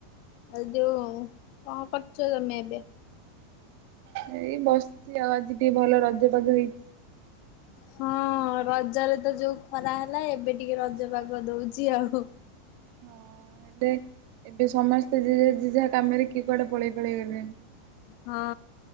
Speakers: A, on the left (about 45°); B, on the right (about 45°).
A: <unintelligible>
B: ଏଇ ବସିଛି ଆଉ ଆଜି ଟିକେ ଭଲ ରଜପାଗ ହେଇଛି।
A: ହଁ ରଜରେ ତ ଯୋଉ ଖରା ହେଲା ଏବେ ଟିକେ ରଜ ପାଗ ଦଉଛି ଆଉ।
B: ହଁ ଏବେ ଏବେ ସମସ୍ତେ ଜଜେ ଜେ ଯାହା କାମରେ କିଏ କୁଆଡେ ପଳେଇ ପଳେଇଗଲେଣି।
A: ହଁ